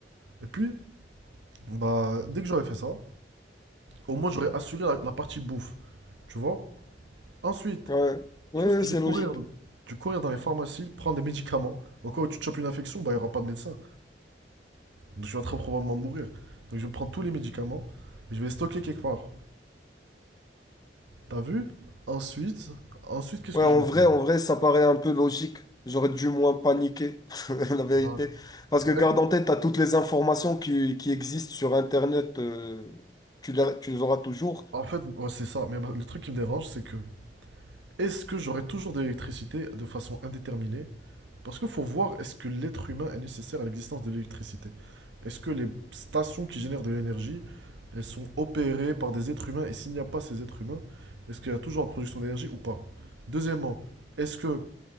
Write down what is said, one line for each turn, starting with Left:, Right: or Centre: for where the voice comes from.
Right: Et puis, bah, dès que j'aurai fait ça, au moins j'aurai assuré la, la partie bouffe. Tu vois? Ensuite,
Left: Ouais,
Right: Je
Left: ouais,
Right: pense que je
Left: c'est
Right: vais courir.
Left: logique.
Right: Je vais courir dans les pharmacies, prendre des médicaments. Au cas où tu te chopes une infection, bah, il n'y aura pas de médecin. Donc je vais très probablement mourir. Donc je vais prendre tous les médicaments et je vais les stocker quelque part. T'as vu? Ensuite, ensuite qu'est-ce
Left: Ouais,
Right: que
Left: en
Right: je vais
Left: vrai,
Right: faire?
Left: en vrai, ça paraît un peu logique. J'aurais dû moins paniquer, <laughs> la vérité.
Right: Ah,
Left: Parce que
Right: Bah
Left: garde
Right: écoute,
Left: en tête, t'as toutes les informations qui, qui existent sur Internet, euh, tu les, tu les auras toujours.
Right: en fait, ouais, c'est ça. Mais ma- le truc qui me dérange, c'est que Est-ce que j'aurai toujours de l'électricité de façon indéterminée? Parce qu'il faut voir, est-ce que l'être humain est nécessaire à l'existence de l'électricité? Est-ce que les stations qui génèrent de l'énergie, elles sont opérées par des êtres humains? Et s'il n'y a pas ces êtres humains, est-ce qu'il y a toujours la production d'énergie ou pas? Deuxièmement, est-ce que